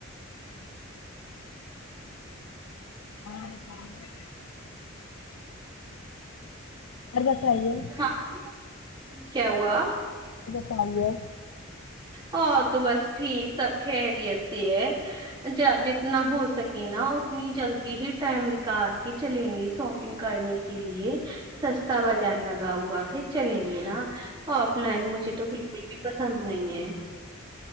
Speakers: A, on the left; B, on the right.
A: اور خال ہے بتائیے
B: تھا ہاں کیا ہوا
A: چاہیے
B: ہاں تو بس ٹھیک سب خیریت سے ہے ج جتنا ہو سکے نا اتنی جلدی ہی ٹائم نکال کے چلیں گے شاپنگ کرنے کے لیے سستا بازار لگا ہوا ہے چلیں گے نا آف لائن مجھے تو بالکل بھی پسند نہیں ہے